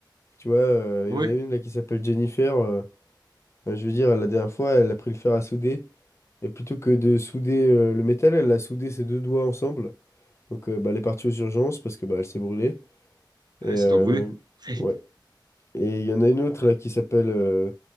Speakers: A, on the left; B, on the right.
A: Tu vois, euh,
B: Oui,
A: il y en a une là qui s'appelle Jennifer. euh, euh, je veux dire, la dernière fois, elle a pris le fer à souder. Et plutôt que de souder euh, le métal, elle a soudé ses deux doigts ensemble. Donc euh, bah, elle est partie aux urgences parce que bah, elle s'est brûlée. Et
B: ça
A: euh,
B: doit brûler. <laughs>
A: ouais. Et il y en a une autre là qui s'appelle euh,